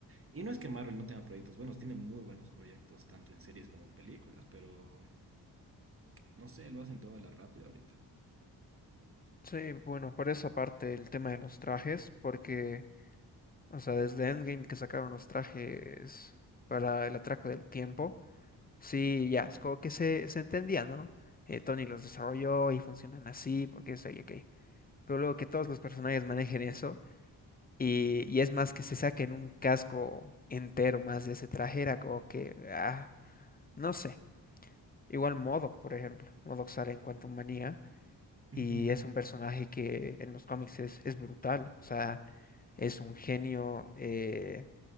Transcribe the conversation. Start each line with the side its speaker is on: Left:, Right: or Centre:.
Right: Y no es que Marvel no tenga proyectos buenos, tiene muy buenos proyectos, tanto en series como en películas, pero no sé, lo hacen todo a la rápida ahorita.
Left: Sí, bueno, por esa parte el tema de los trajes, porque O sea, desde Endgame que sacaron los trajes para el atraco del tiempo. Sí, ya, es como que se, se entendía, ¿no? Eh, Tony los desarrolló y funcionan así, porque es ok. Pero luego que todos los personajes manejen eso, y, y es más que se saquen un casco entero más de ese traje, era como que, ah, no sé. Igual MODOK, por ejemplo. MODOK sale en Quantum Manía,
Right: Ujú.
Left: y es un personaje que en los cómics es, es brutal. O sea, es un genio. eh,